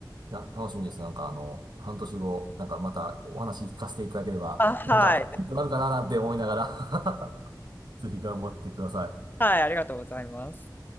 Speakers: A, on the right (about 75°); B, on the left (about 25°).
A: いや、楽しみです。なんかあの、半年後、なんかまたお話聞かせていただければ、
B: あ、はい。
A: なんかヒントになるかななんて思いながら <laughs> ぜひ頑張ってください。
B: はい、ありがとうございます。